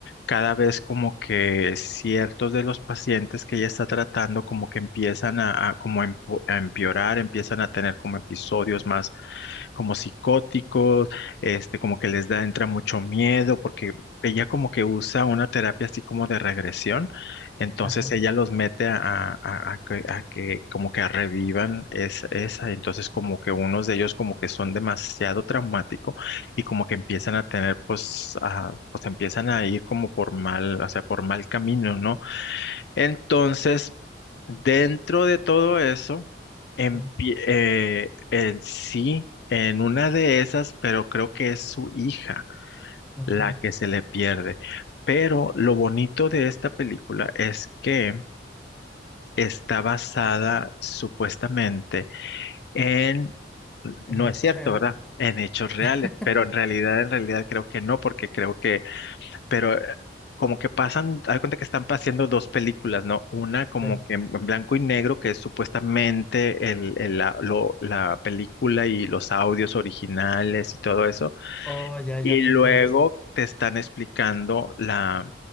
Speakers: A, on the left (about 65°); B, in the centre.
A: cada vez como que ciertos de los pacientes que ella está tratando como que empiezan a, a- como empo- a empeorar, empiezan a tener como episodios más como psicóticos, este, como que les da, entra mucho miedo, porque ella como que usa una terapia así como de regresión, entonces
B: Ajá,
A: ella los mete a, a- a- a que, a que como que revivan es- esa, entonces como que unos de ellos como que son demasiado traumáticos y como que empiezan a tener, pues, a pues empiezan a ir como por mal, o sea, por mal camino, ¿no? Entonces, dentro de todo eso, empie-
B: sí.
A: eh, el sí en una de esas, pero creo que es su hija
B: ujú.
A: la que se le pierde. Pero lo bonito de esta película es que está basada supuestamente en,
B: ¿En
A: no
B: hechos
A: es cierto,
B: reales?
A: ¿verdad? En hechos reales,
B: <laughs>
A: pero en realidad, en realidad creo que no, porque creo que pero eh, como que pasan, haz de cuenta que están pasando dos películas, ¿no? Una como
B: Sí.
A: que en en blanco y negro, que es supuestamente el, el- la, lo- la película y los audios originales y todo eso,
B: Oh, ya,
A: y
B: ya te
A: luego
B: entiendo.
A: te están explicando la,